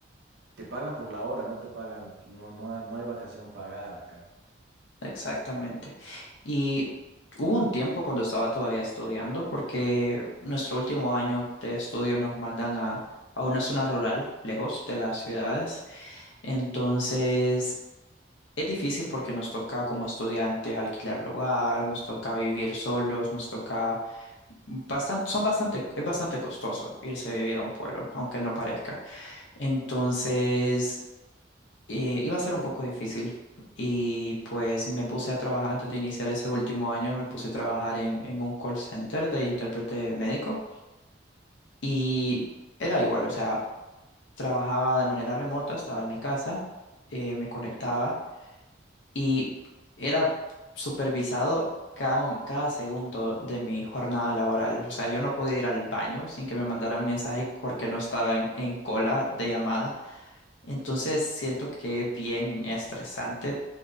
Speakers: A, on the right; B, on the left.
A: te pagan por la hora, no te pagan, no, no, hay- no hay vacación pagada acá.
B: exactamente. Y hubo un tiempo cuando estaba todavía estudiando, porque nuestro último año de estudio nos mandan a, a una zona rural, lejos de las ciudades. Entonces, es difícil porque nos toca como estudiantes alquilar lugar, nos toca vivir solos, nos toca bastante, son bastante, es bastante costoso irse a vivir a un pueblo, aunque no parezca. Entonces, eh, iba a ser un poco difícil y pues me puse a trabajar antes de iniciar ese último año, me puse a trabajar en, en un call center de intérprete médico y era igual, o sea, trabajaba de manera remota, estaba en mi casa, eh, me conectaba. y era supervisado cada, mom- cada segundo de mi jornada laboral. O sea, yo no podía ir al baño sin que me mandaran un mensaje porque no estaba en, en cola de llamada. Entonces siento que es bien estresante,